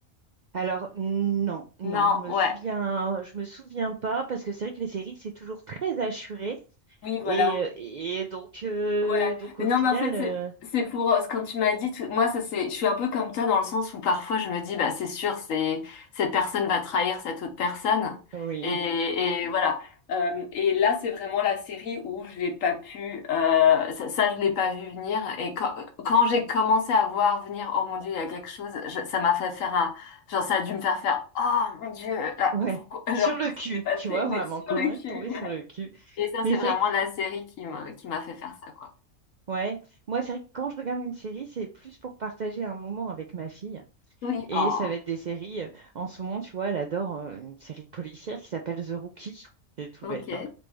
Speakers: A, on the right; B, on the left.
A: Alors, non, non,
B: Non,
A: je me
B: ouais.
A: souviens, je me souviens pas, parce que c'est vrai que les séries, c'est toujours très assuré.
B: Oui, voilà.
A: Et, euh, et donc, euh,
B: Ouais.
A: donc
B: Mais
A: au
B: non,
A: final,
B: mais en fait,
A: euh,
B: c'est c'est pour euh, ce que tu m'as dit. tout- Moi, ça c'est, je suis un peu comme toi dans le sens où parfois je me dis, bah c'est sûr, c'est cette personne va trahir cette autre personne.
A: oui.
B: Et, et voilà. Euh, et là, c'est vraiment la série où je l'ai pas pu, euh, ça, ça, je l'ai pas vu venir. Et quand, quand j'ai commencé à voir venir, oh mon Dieu, il y a quelque chose, je- ça m'a fait faire un, genre ça a dû me faire faire, oh mon Dieu, là,
A: Ouais,
B: pourquoi, <laughs>
A: sur
B: genre
A: le
B: qu'est-ce
A: cul,
B: qui s'est passé?
A: tu vois,
B: Oui,
A: vraiment,
B: sur
A: quand
B: le
A: même
B: cul.
A: tombé sur le cul.
B: Et ça,
A: Mais
B: c'est
A: c'est
B: vraiment
A: vrai que,
B: la série qui me, qui m'a fait faire ça, quoi.
A: ouais, moi, c'est vrai que quand je regarde une série, c'est plus pour partager un moment avec ma fille.
B: Oui,
A: Et
B: oh,
A: ça va être des séries, euh, en ce moment, tu vois, elle adore euh, une série policière qui s'appelle The Rookie. C'est tout
B: ok,
A: bête, hein.